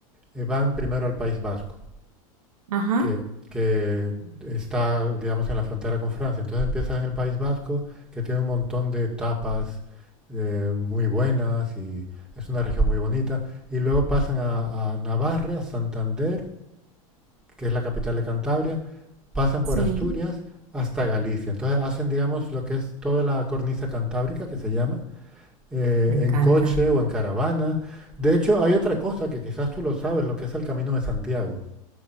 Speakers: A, in the centre; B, on the right (about 85°).
A: eh, van primero al País Vasco.
B: Ajá,
A: que, que está, digamos, en la frontera con Francia. Entonces empiezas en el País Vasco, que tiene un montón de tapas eh, muy buenas y es una región muy bonita. Y luego pasan a, a Navarra, Santander, que es la capital de Cantabria, pasan por
B: sí,
A: Asturias hasta Galicia. Entonces hacen, digamos, lo que es toda la cornisa cantábrica, que se llama, eh,
B: me encanta.
A: en coche o en caravana. De hecho, hay otra cosa que quizás tú lo sabes, lo que es el Camino de Santiago.